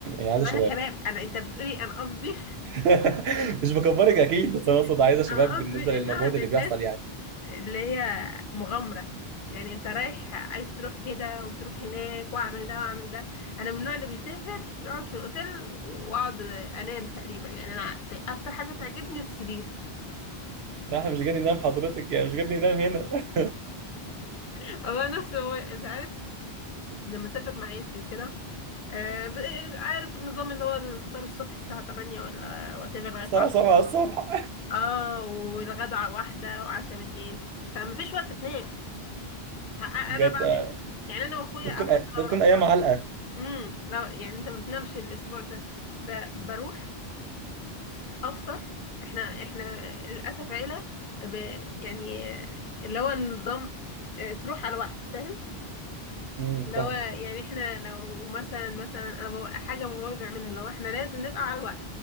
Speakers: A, on the right; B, on the left.
A: هي عايزة
B: ما
A: شباب
B: انا شباب انا انت بتقولي انا قصدي
A: <laughs> مش بكبرك أكيد بس أنا أقصد
B: <laughs>
A: عايزة شباب
B: انا قصدي
A: بالنسبة للمجهود
B: انها للناس
A: اللي بيحصل يعني
B: اللي هي مغامرة يعني انت رايح عايز تروح كده وتروح هناك واعمل ده واعمل ده انا من النوع اللي بيسافر بيقعد في الاوتيل واقعد انام تقريبا يعني انا ت- اكتر حاجة تعجبني السرير
A: لا احنا مش جاي ننام حضرتك يعني مش جاي ننام هنا
B: <laughs> هو نفس هو انت عارف لما اسافر مع عيلتي وكده آه، ب- عارف النظام اللي هو الفطار الصبح الساعة 8 ولا وات
A: <laughs>
B: ايفر لغاية
A: الساعة
B: 10
A: 7 الصبح
B: اه والغدا واحدة وعشاء بالليل فما فيش وقت تنام فانا
A: <laughs> بجد
B: بعمل يعني انا واخويا
A: بتكون
B: او حتى لو
A: بتكون
B: رحت
A: أيام
B: مع
A: علقة
B: امم لا يعني انت ما بتنامش الاسبوع ده ب... بروح افطر احنا احنا للاسف عيله ب... يعني اللي هو النظام اه، تروح على الوقت فاهم
A: امم
B: اللي
A: فاهم
B: هو يعني احنا لو مثلا مثلا انا ببقى حاجه بابايا بيعملها اللي هو احنا لازم نبقى على الوقت